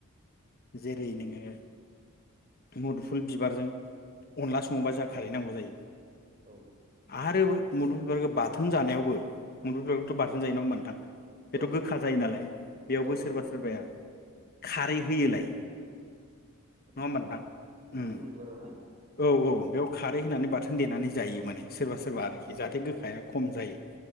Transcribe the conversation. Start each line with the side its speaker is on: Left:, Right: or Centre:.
Left: जेरै
Right: नंगौ नंगौ
Left: नोङो मुदुफुल बिबारजों अनला सङोबा जों खारहैनांगौ जायो।
Right: औ
Left: आरो मुुदुमफुल बिबारखौ बाथोन जानायावबो, मुुदुमफुल बिबारखौथ' बाथोन जायो नङा होमबा नोंथां? बेथ'
Right: औ
Left: गोखा जायो नालाय बेयावबो
Right: औ
Left: सोरबा
Right: औ
Left: सोरबाया खारै होयोलाय
Right: आदसा
Left: नङा होमबा
Right: आदसा
Left: नोंथां
Right: मुदुफुल
Left: उम
Right: बिबाराव ना
Left: औ औ बेयाव खारै होनानै बाथोन देनानै जायो माने सोरबा सोरबा आरोखि जाहाथे गोखाया खम जायो।